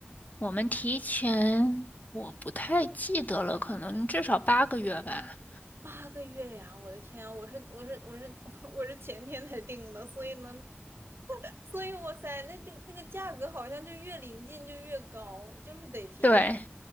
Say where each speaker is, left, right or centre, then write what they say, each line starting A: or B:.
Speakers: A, on the left (about 40°); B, on the right (about 70°).
A: 我们提前，我不太记得了，可能至少八个月吧。
B: 八个月呀！我的天啊我是我是我是 <laughs> 我是前天才订的，所以呢，所以哇塞，那这那个价格好像就越临近就越高，就是得提前
A: 对，